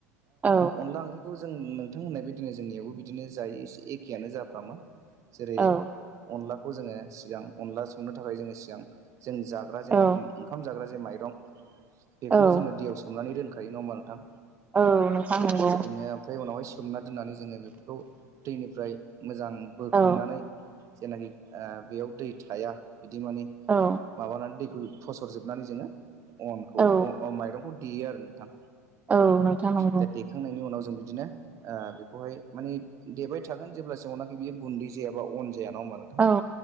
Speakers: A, on the right (about 15°); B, on the right (about 40°).
A: औ
B: अनला ओंख्रि खौ जों नोंथांनाय बायदिनो जोंनियावबो बिदिनो जायो एसे एक एखेयानो जाफ्रामा जेरै
A: औ
B: अनला खौ जोङो सिगां अनला संनो थाखाय जोङो सिगां जों जाग्रा जेनाखि
A: औ
B: ओंखाम जाग्रा जे माइरं बेखौनो
A: औ
B: जोङो दैयाव सोमनानै दोनखायो नङा होमबा नोंथां।
A: औ नोंथां नंगौ
B: बिदिनो ओमफ्राय उनावहाय सोमना दोननानै जोङो बेफोरखौ दैनिफ्राय मोजां बोखांनानै
A: औ
B: जेनाखि ओ बेयाव दै थाया बिदि मानि
A: औ
B: माबानानै दै फसरजोबनानै जोङो अनखौ
A: औ
B: माइरंखौ देयो आरो नोंथां।
A: औ नोंथां नंगौ
B: दा देखांनायनि उनाव जों बिदिनो ओ बेखौहाय मानि देबायथागोन जेब्लासिमावनाखि बियो गुन्दै जाया बा अन जाया ना होनबा नोंथां
A: औ